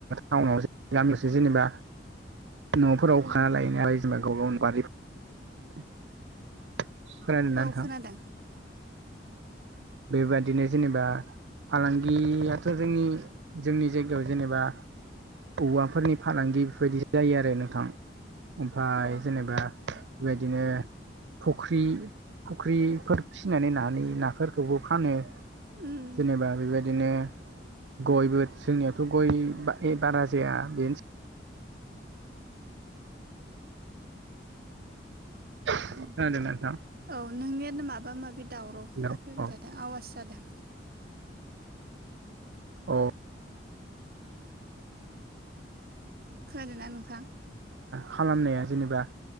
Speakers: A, on the right (about 80°); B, on the right (about 55°).
A: टाउनाव गामियावसो जेनेबा न'फोरावखा
B: औ
A: लायनायालाय जेनेबा गाव गावनि बारि खोनादोंना
B: औ
A: नोंथां
B: खोनादों
A: बेबादिनो जेनेबा फालांगियाथ' जोंनि जोंनि जायगायाव जेनेबा औवाफोरनि फालांगि बेफोरबायदि जायो आरो नोंथां ओमफ्राय
B: अ
A: जेनेबा बेबायदिनो फख्रि फख्रिफोर फिनानै नानि नाफोर खौबो फानो
B: उम
A: जेनेबा बेबायदि बिदिनो गयबो जोंनियावथ' गय बारा जाया बेनोसै खोनादोंना नोंथां
B: औ नोंनियानो माबा माबि दावराव
A: हेलौ
B: खोना फैबाय
A: औ
B: थादों आवास जादों
A: औ
B: खोनादोंना नोंथां
A: खालामनाया जेनेबा